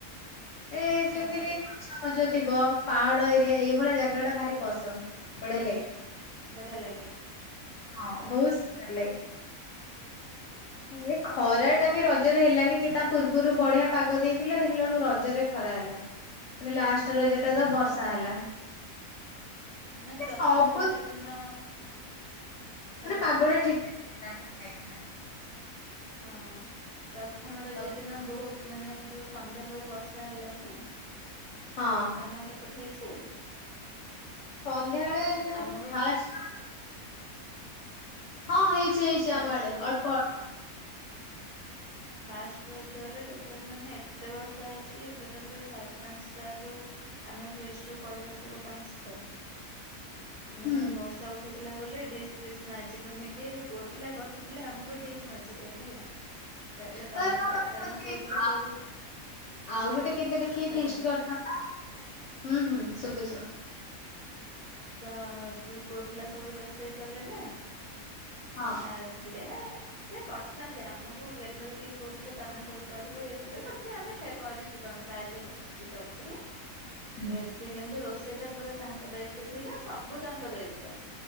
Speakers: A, on the left (about 65°); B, on the right (about 40°).
A: ଏ
B: ହଁ
A: ଯେମତି ଟିକେ ଗଛ ଫଛ ଥିବ, ପାହାଡ ଏରିଆ ଏଇଭଳିଆ ଜାଗା ଗୁଡ଼ା ଭାରି ପସନ୍ଦ, ବଢିଆ ଲାଗେ।
B: ବଢିଆ ଲାଗେ
A: ହଁ ବହୁତ ସୁନ୍ଦର ଲାଗେ। ଆରେ ଖରାଟା ବି ରଜରେ ହେଲାନି କି, ତା ପୂର୍ବୁରୁ ବଢିଆ ପାଗ ଦେଇଥିଲା ଦେଖିଲା ବେଳକୁ ରଜରେ ଖରା ହେଲ ଲା। ମାନେ ଲାଷ୍ଟ ରଜଟା ତ
B: ହଁ
A: ବର୍ଷା
B: ବା
A: ହେଲା। ଏ
B: ନା ପ୍ରଥମ
A: ସବୁ
B: ରଜ ଦିନ ହ୍ୟାଲୋ
A: ମାନେ ପାଗଟା
B: ହଁ।
A: ଠିକ୍ ଠାକ୍ ଥିଲା, ଠିକ୍ ଠାକ୍ ଥିଲା।
B: ହଁ। ପ୍ରଥମ ରଜ
A: ପ୍ରଥମ
B: ଦିନ ବହୁତ ମାନେ ଯୋଉ ସନ୍ଧ୍ୟାବେଳେ ବର୍ଷା ହେଲାନି,
A: ହଁ
B: ତମର ସେପଟେ ହେଇଛି?
A: ସନ୍ଧ୍ୟାବେଳେ ଯୋଉ
B: ଆମର
A: ଫାଷ୍ଟ ହଁ ହେଇଛି ହେଇଛି
B: ଫାଷ୍ଟ
A: ଆମ ଆଡେ, ଅଳ୍ପ ଅଳ୍ପ।
B: ଫାଷ୍ଟ ରଜରେ ଟୋଟାଲ ମାନେ ଏତେ ବର୍ଷା ହେଇଛି ଯେ, ଟୋଟାଲି ସାଢ଼େ ପାଞ୍ଚଟାରୁ ଆମେ ଫିଷ୍ଟରୁ ପଳେଇ ଆସିଲୁ ପାଞ୍ଚଟା ମାନେ
A: ହୁଁ
B: ବର୍ଷା ଉଠ ଉଠେଇଥିଲା ବୋଲି ଡିସ୍ ଫିସ୍ ମାଜିଲୁନି କି ପୁଅ ପିଲା ବସିଥିଲେ ଆମକୁ ଡିସ୍ ମାଜିବେ ହେଲା। କହିଲେ
A: ତାପରେ
B: ତମେ
A: କଣ
B: ସବୁ କାରଣ
A: ମାନେ
B: ପୁଅ ପିଲା
A: ଆ
B: ସବୁ
A: ଆଉ ଗୋଟେ କେବେ ଦେଖିକି
B: ହ୍ୟାଲୋ
A: ଫିଷ୍ଟ କରିଥାନ୍ତ ନା। ହୁଁ ହୁଁ, ଶୁଭୁଛି।
B: ତ ଯୋଉ ପୁଅ ପିଲା ସବୁ ରୋଷେଇ କଲେ ନା
A: ହଁ।
B: ଆଉ ସିଏ ସେ କରିଥାନ୍ତେ, ଆମକୁ ଗେଲରେ ଟିକେ କହୁଥିଲେ ତମେ ସବୁ କରିବ, ଇଏ କରିବ, ତଥାପି ଆମେ ହେଲ୍ପ କରି ଚୁ, ତାଙ୍କୁ ସାହାଯ୍ୟ କରୁଛୁ ସବୁଥିରେ
A: ହୁଁ।
B: ଏ ସେ କିନ୍ତୁ ରୋଷେଇଟା ପୁରା ତାଙ୍କ ଦାୟିତ୍ୱ ଥିଲା, ସବୁ ତାଙ୍କ ଦାୟିତ୍ୱ।